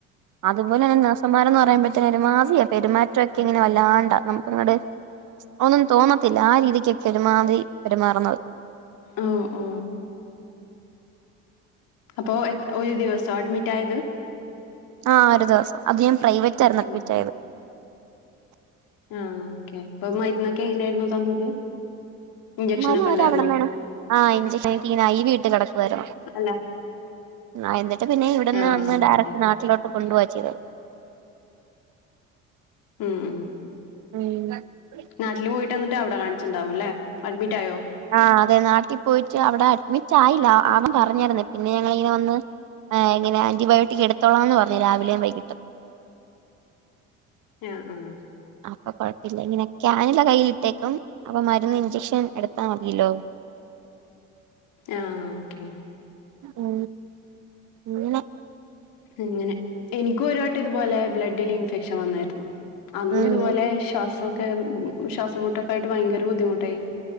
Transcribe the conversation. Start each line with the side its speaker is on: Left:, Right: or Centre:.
Right: അതുപോലെ തന്നെ നഴ്സമാരെന്ന് പറയുമ്പോ ഒരുമാതിരി പെരുമാറ്റം ഒക്കെ ഇങ്ങനെ വല്ലാണ്ടാ നമുക്ക് ഇങ്ങട് ഒന്നൊന്നും തോന്നത്തില്ല ആ രീതിക്ക പെരുമാറി പെരുമാറുന്നത്
Left: ഓ ഓ അപ്പൊ എ ഒരു ദിവസൊ അഡ്മിറ്റ് ആയത്
Right: ആ ഒരു ദിവസം അത് ഞാൻ പ്രൈവറ്റായിരുന്നു
Left: ഉം.
Right: അഡ്മിറ്റായത്
Left: ആഹ് ഓക്കെ അപ്പൊ മരുന്നൊക്കെ എങ്ങനെയായിരുന്നു തന്നത് ഇഞ്ചക്ഷനൊക്കെ
Right: അവര
Left: ഉണ്ടായിരുന്നോ
Right: അവിടന്നാണ് ആ <unintelligible> ഇഞ്ചക്ക തീനയി വീട്ട് കിടക്ക വര
Left: അല്ല
Right: ആ എന്നിട്ട് പിന്നെ ഇവിടെന്ന്
Left: ആ
Right: വന്ന് ഡയറക്ട്
Left: ഓക്കെ
Right: നാട്ടിലോട്ട് കൊണ്ടുവച്ചത്
Left: ഉം ഉം
Right: ഉം
Left: നാട്ടില് പോയിട്ട് വന്നിട്ട് അവിടെ കാണിച്ചിണ്ടാവും ല്ലേ അഡ്മിറ്റ് ആയോ
Right: ആഹ അതെ നാട്ടിൽ പോയിട്ട് അവിടെ അഡ്മിറ്റ് ആയില്ല ആമ്മൻ പറഞ്ഞരുന്ന പിന്നെ ഞങ്ങിങ്ങനെ വന്ന് ആ എങ്ങനെ ആന്റിബയോട്ടിക് എടുത്തോളാംന്ന് പറഞ്ഞ് രാവിലേം വൈകിട്ടും
Left: <unintelligible> ആഹ് ആഹ്
Right: അപ്പൊ കൊഴപ്പില്ല ഇങ്ങനെ ആയ കയ്യിലിട്ടേക്കും അപ്പൊ മരുന്ന് ഇഞ്ചക്ഷൻ എടുത്താ മഞ്ഞല്ലോ
Left: ആഹ ഓക്കെ
Right: ഉ അങ്ങനെ
Left: ഇങ്ങനെ എനിക്കും ഒരുവട്ടം ഇതുപോലെ ബ്ലഡിൽ ഇൻഫെ വന്നായിരുന്നു അന്നും
Right: ഉം
Left: ഇതുപോലെ ശ്വാസ ശ്വാസംമുട്ടൊക്കെ ആയിട്ട് ഭയങ്കര ബുദ്ധിമുട്ടായി